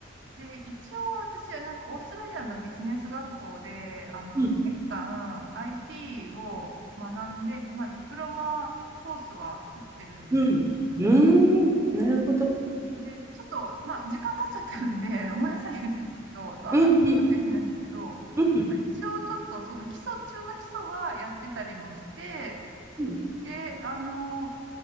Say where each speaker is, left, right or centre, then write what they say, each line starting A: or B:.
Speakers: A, on the right; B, on the right.
A: で、一応私はなんかオーストラリアのビジネス学校で、あの、
B: うん、
A: 2年間 IT を学んで、まあディプロマコースは取ってるんですよ。
B: うん、うーん、なるほど。
A: で、ちょっと、まあ、時間経っちゃってるんで、<laughs> 思い出さなきゃいけないんですけど、と、あと、
B: うんうん
A: 申し訳ないんですけど、
B: うん。
A: まあ一応ちょっと、その基礎中の基礎はやってたりもして、
B: うん。
A: で、あの、ね